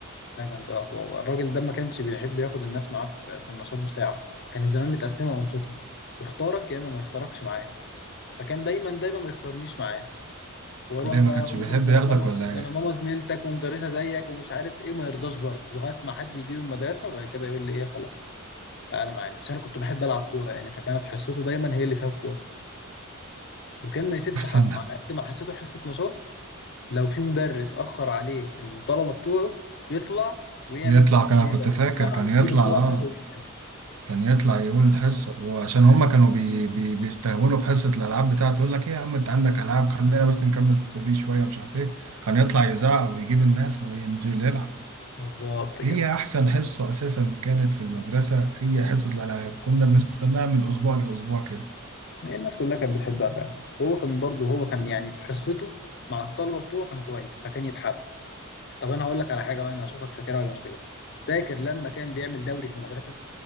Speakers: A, on the left (about 55°); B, on the right (about 85°).
A: ده كان اه هو الراجل ده ما كانش بيحب ياخد الناس معاه في في النشاط بتاعه كانت زمان متقسمه انشطه يختارك يا اما ما يختاركش معاه فكان دايما دايما ما يختارنيش معاه واروح
B: <laughs> ليه
A: بقى
B: ما كانش
A: اقول
B: بيحب
A: له ده
B: ياخدك
A: انا ماما
B: ولا
A: ده
B: إيه
A: انا ماما زميلتك ومدرسه زيك ومش عارف ايه وما يرضاش برضه لغايه ما حد يجي من المدرسه وبعد كده يقول لي ايه خلاص تعالى معانا عشان انا كنت بحب العب كوره يعني فكانت حصته دايما هي اللي فيها الكوره وكان ما يسيبش
B: أحسن
A: حقه على قد ما حصته حصه نشاط لو في مدرس اخر عليه الطلبه بتوعه يطلع ويعمل
B: يطلع كان
A: ليله
B: كنت فاكر
A: بتاع
B: كان
A: ويجيب
B: يطلع
A: الطلبه
B: آه
A: بتاعته ويقتل
B: كان يطلع يقول الحصة وعشان هما كانوا بي بي بيستهونوا بحصة الألعاب بتاعته يقول لك إيه يا عم أنت عندك ألعاب خلينا بس نكمل في دي شوية مش عارف إيه كان يطلع يزعق ويجيب الناس وينزل يلعب
A: بالظبط كده
B: هي أحسن حصة أساسا كانت في المدرسة هي حصة الألعاب كنا بنستناها من الأسبوع للأسبوع كده
A: هي الناس كلها كانت بتحبها فعلا هو كان برضه هو كان يعني في حصته مع الطلبه بتوعه كان كويس فكان يتحب طب انا هقول لك على حاجه بقى انا هشوفك فاكرها ولا مش فاكرها فاكر لما كان بيعمل دوري في المدرسه